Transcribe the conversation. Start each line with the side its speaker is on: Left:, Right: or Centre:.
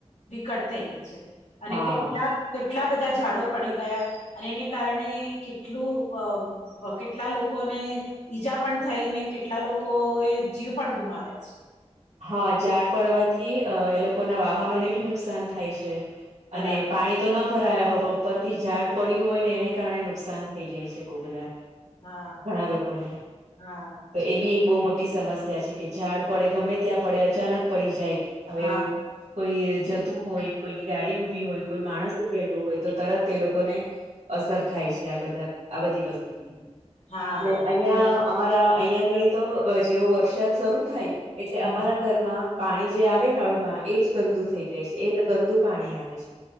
Left: વિકટ થઈ ગઈ છે, અને
Right: હા
Left: કેટલાક કેટલા બધા ઝાડો પડી ગયા અને એને કારણે કેટલું અ અ કેટલા લોકોને ઈજા પણ થઈ ને કેટલા લોકો એ જીવ પણ ગુમાવ્યા છે.
Right: હા ઝાડ પડવાથી અ એ લોકોના વાહનોને બી નુકસાન થાય છે. અને
Left: બરાબર
Right: પાણી તો ના ભરાયા હોય પણ ઉપરથી ઝાડ પડ્યું હોય ને એને કારણે નુકસાન થઈ જાય છે બહું બધા.
Left: હા
Right: ઘણા લોકોને
Left: હા
Right: તો એ
Left: એટલે
Right: બી એક બહું મોટી મોટી સમસ્યા છે કે ઝાડ પડે ગમે ત્યાં પડે અચાનક પડી જાય હવે.
Left: હા
Right: કોઈ જતું હોય કોઈની ગાડી ઉભી હોય કોઈ માણસ ઉભેલું હોય તો તરત તે લોકોને અસર થાય છે આ બધા આ બધી વસ્તુથી.
Left: હા
Right: ને
Left: હા
Right: અહિયાં
Left: બરાબર
Right: અમારા અહિયાં આગળી તો જેવો વરસાદ શરૂ થાય એટલે
Left: હમ.
Right: અમારા ઘરમાં પાણી જે આવે નળમાં એજ ગંદુ થઈ જાય છે એ ગંદુ પાણી આવે છે.